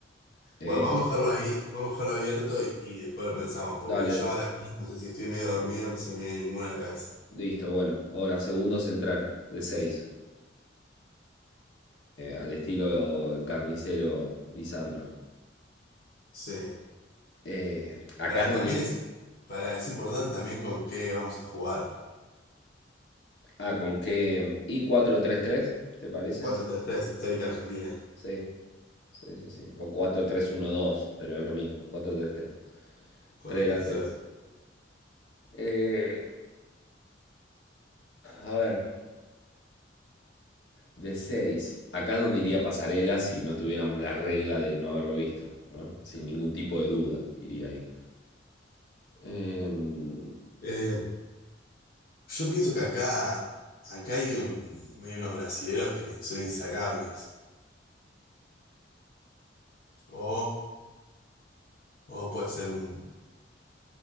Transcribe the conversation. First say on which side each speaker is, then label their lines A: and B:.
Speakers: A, on the left; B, on the left.
A: Eh,
B: Bueno, vamos a dejarlo ahí, vamos a dejarlo abierto y, y después lo pensamos, porque
A: dale,
B: yo ahora mismo no sé si estoy medio dormido, no se me viene ninguna a la cabeza.
A: listo, bueno. Ahora, segundo central de 6. al estilo el carnicero Lisandro.
B: Sí.
A: Eh, acá
B: Para,
A: es donde.
B: también es, para, es importante también con qué vamos a jugar.
A: Ah, con qué. y cuatro tres tres ¿Te parece?
B: cuatro tres tres histórica Argentina.
A: Sí, sí, sí, sí. O cuatro tres uno dos pero es lo mismo. cuatro tres tres
B: cuatro
A: Tres delanteros.
B: tres tres
A: Eh, a ver, De seis Acá es donde iría Pasarela si no tuviéramos la regla de no haberlo visto. ¿no? Sin ningún tipo de duda, iría ahí. Em,
B: Eh, yo pienso que acá, acá hay, un- hay unos brasileros que son insacables. O, o puede ser un...